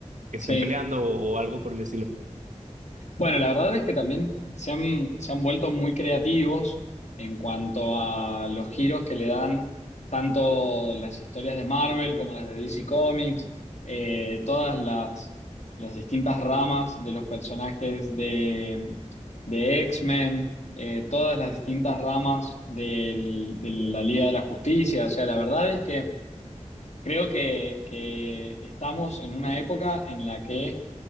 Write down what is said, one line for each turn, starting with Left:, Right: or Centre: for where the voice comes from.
Right: que
Left: sí.
Right: estén peleando o algo por el estilo.
Left: Bueno, la verdad es que también se han, se han vuelto muy creativos en cuanto a los giros que le dan tanto las historias de Marvel como las de DC Comics, eh, todas las, las distintas ramas de los personajes de, de X-Men, eh, todas las distintas ramas del- de la Liga de la Justicia. O sea, la verdad es que creo que, que estamos en una época en la que